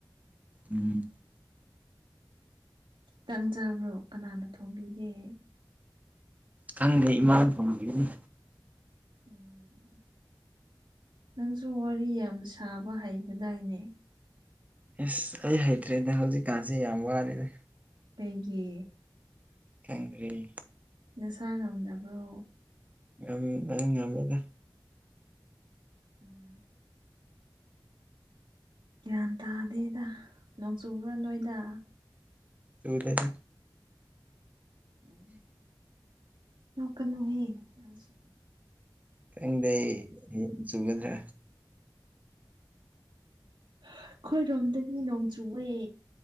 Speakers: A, on the right; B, on the right.
A: ꯎꯝ
B: ꯈꯤꯇꯪ ꯆꯥꯕ꯭ꯔꯣ ꯀꯅꯥꯅ ꯊꯣꯡꯕꯤꯒꯦ
A: ꯈꯪꯗꯦ ꯏꯃꯥꯅ ꯊꯣꯡꯕꯤꯕꯅꯤ
B: ꯎꯝ ꯅꯪꯁꯨ ꯋꯥꯔꯤ ꯌꯥꯝ ꯁꯥꯕ ꯍꯩꯕꯗꯥꯏꯅꯦ
A: ꯏꯁ ꯑꯩ ꯍꯩꯇ꯭ꯔꯦꯗ ꯍꯧꯖꯤꯛꯀꯥꯟꯁꯦ ꯌꯥꯝ ꯋꯥꯔꯦꯗ
B: ꯀꯩꯒꯤ
A: ꯈꯪꯗ꯭ꯔꯦ
B: ꯅꯁꯥ ꯉꯝꯗꯕ꯭ꯔꯣ
A: ꯉꯝ ꯑꯗꯨꯝ ꯉꯝꯃꯦꯗ
B: ꯎꯝ ꯒ꯭ꯌꯥꯟ ꯇꯥꯗꯦꯗ ꯅꯣꯡ ꯆꯨꯕ꯭ꯔꯥ ꯅꯣꯏꯗ
A: ꯆꯨꯗꯦꯗ
B: ꯎꯝ ꯅꯣꯛꯀꯅꯨꯍꯦ ꯅꯪꯁꯨ
A: ꯈꯪꯗꯦ ꯍꯌꯦꯡ ꯆꯨꯒꯗ꯭ꯔꯥ
B: ꯑꯩꯈꯣꯏꯔꯣꯝꯗꯗꯤ ꯅꯣꯡꯆꯨꯑꯦ